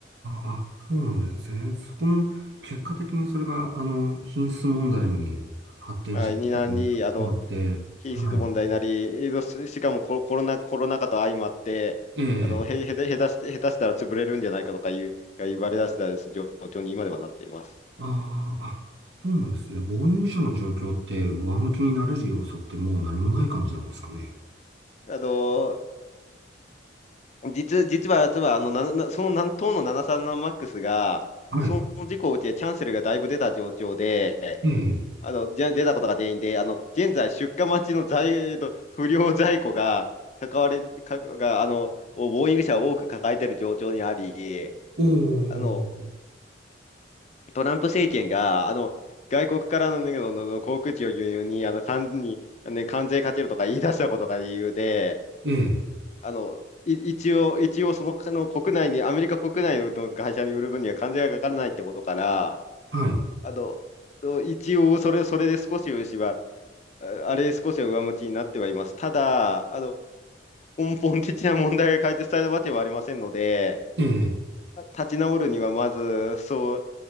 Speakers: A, on the right; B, on the left.
A: ーあ、そうなんですね。そこも、結果的にそれが、あの、品質問題に発展していくことになって、
B: はい。になり、あの、品質問題になり、
A: は
B: しかもコロ、コロナ、コロナ禍と相まって、
A: い。ええ、
B: あの、へ、へた、下手して、下手したら潰れるんじゃないかとかいう、が言われ出した状況に今ではなっています。
A: あーあ、そうなんですね。ボーイング社の状況って、上向きになれる要素ってもう何もない感じなんですかね。
B: あの、実、実は、実は、あの、な、なその南東の737マックスが、
A: はい。
B: その事故を受けてキャンセルがだいぶ出た状況で、
A: ええ、
B: あの、じゃ、出たことが原因で、あの、現在出荷待ちの在、えーと、不良在庫が、関われ、か、が、あの、ボーイング社を多く抱えている状況にあり、
A: おー、
B: あの、トランプ政権が、あの、外国からの、ね、の、のの航空機を輸入に、あの、関に、ね、関税かけるとか言い出したことが理由で、
A: ええ、
B: あの、い一応、一応その、あの国内に、アメリカ国内の会社に売る分には関税がかからないってことから、
A: はい。
B: あの、一応、それ、それで少し牛は、ああれ少しは上向きになってはいます。ただ、あの、根本的な問題が解決されたわけはありませんので、
A: ええ、
B: 立ち直るにはまず、そう、